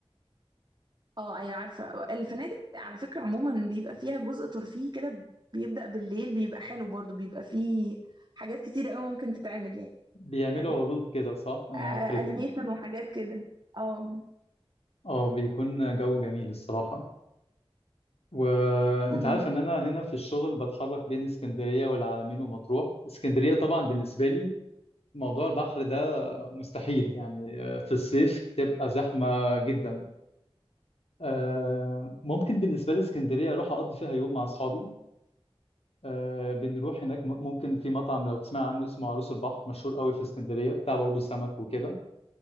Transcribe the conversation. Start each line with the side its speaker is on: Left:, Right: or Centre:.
Right: اه ايوه عارفه الفنادق على فكره عموما بيبقى فيها جزء ترفيهي كده بيبدا بالليل بيبقى حلو برضو بيبقى فيه حاجات كتير قوي ممكن تتعمل يعني
Left: بيعملوا
Right: يعني
Left: عروض كده صح أنا
Right: آه
Left: فاكر
Right: انيميشن وحاجات كده اه
Left: أه بيكون جو جميل الصراحة وأنت
Right: امم
Left: عارف إن أنا هنا في الشغل بتحرك بين اسكندرية والعلمين ومطروح اسكندرية طبعا بالنسبة لي موضوع البحر ده مستحيل يعني آه، في الصيف تبقى زحمة جدا آه، ممكن بالنسبة لي اسكندرية أروح أقضي فيها يوم مع أصحابي آه، بنروح هناك م- ممكن في مطعم لو تسمع عنه اسمه عروس البحر مشهور قوي في اسكندرية بتاع برضه سمك وكده